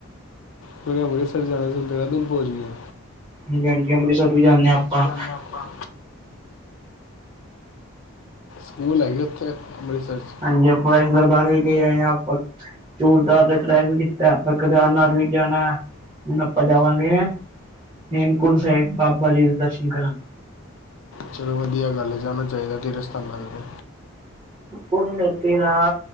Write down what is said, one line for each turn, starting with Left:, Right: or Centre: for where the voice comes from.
Left: ਕਿਉਕਿ ਅੰਮ੍ਰਿਤਸਰ ਜਾਣੇ ਤੋ ਦੇਹਰਾਦੂਨ ਪਹੁੰਚ ਗਏ
Right: ਹਾਂਜੀ -ਹਾਂਜੀ ਅੰਮ੍ਰਿਤਸਰ ਵੀ ਜਾਂਦੇ ਹਾਂ ਆਪਾਂ
Left: ਡੱਬਾਂ ਸਕੂਲ ਹੈਗੀ ਉੱਥੇ ਅੰਮ੍ਰਿਤਸਰ '
Right: ਹਾਂਜੀ ਆਪਾਂ ਇਸ ਦਰਬਾਰ ਵੀ ਗੇ ਹੋਏ ਆਂ ਆਪਾਂ ਚੂਰਦਾਰ ਦਾ ਟਰੈਕ ਵੀ ਕੀਤਾ ਆਪਾਂ। ਕੇਦਾਰ ਨਾਥ ਵੀ ਜਾਣੈ ਹੁਣ ਆਪਾਂ ਜਾਵਾਂਗੇ ਹੇਮਕੁੰਟ ਸਾਹਿਬ ਬਾਬਾ ਜੀ ਦੇ ਦਰਸ਼ਨ ਕਰਨ
Left: ਚਲੋ ਵਧੀਆ ਗੱਲ ਜਾਣਾ ਚਾਹੀਦਾ ਤੀਰਥ ਸਥਾਨਾਂ ਤੇ
Right: ਕੁਣਤੀਰਾ